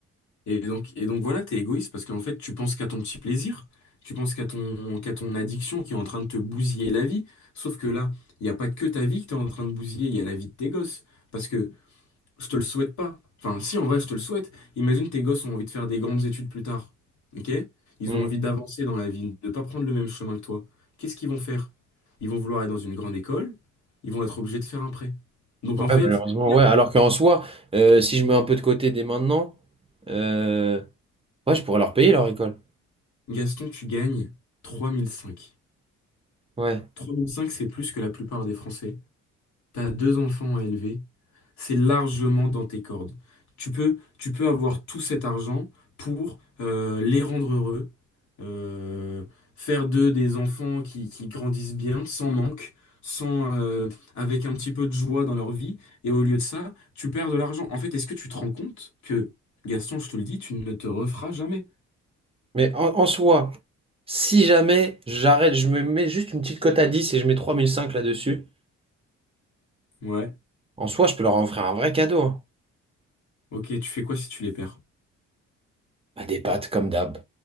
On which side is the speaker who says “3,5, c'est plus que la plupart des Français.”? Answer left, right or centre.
Left